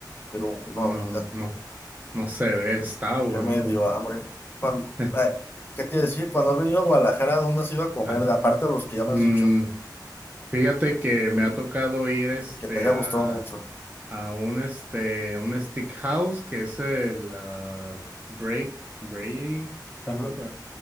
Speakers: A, on the left; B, on the right.
A: pero no
B: No,
A: ahorita,
B: no, no, no se ve, está bueno.
A: ya me dio hambre. Cuando,
B: <laughs>
A: ay, ¿qué te iba a decir? Cuando has venido a Guadalajara, ¿dónde has ido a comer?
B: Ah,
A: Aparte de los que ya me
B: mm,
A: has dicho,
B: fíjate que me ha tocado ir este
A: que te haya gustado
B: a
A: mucho.
B: a un este un stick house que es el ah, break break algo
A: Ajá.
B: así.